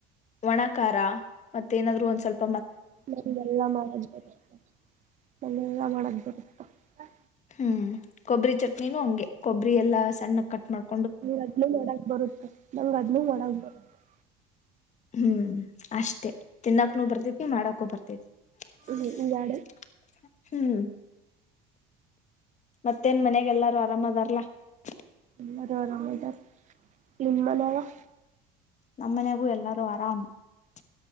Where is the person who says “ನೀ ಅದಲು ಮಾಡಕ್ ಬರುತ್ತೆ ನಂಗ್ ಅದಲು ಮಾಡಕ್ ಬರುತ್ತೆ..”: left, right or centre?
Right